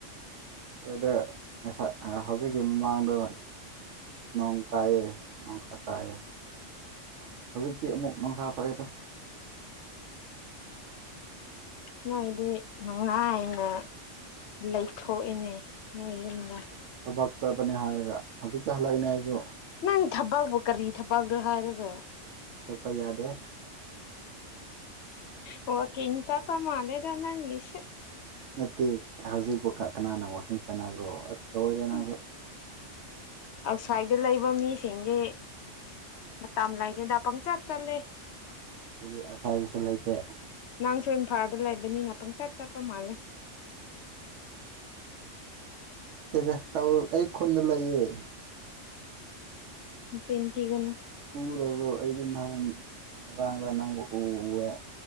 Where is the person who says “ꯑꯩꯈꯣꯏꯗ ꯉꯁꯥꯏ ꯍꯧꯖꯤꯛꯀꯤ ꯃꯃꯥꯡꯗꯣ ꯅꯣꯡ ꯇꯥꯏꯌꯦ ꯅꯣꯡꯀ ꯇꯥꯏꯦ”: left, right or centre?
Right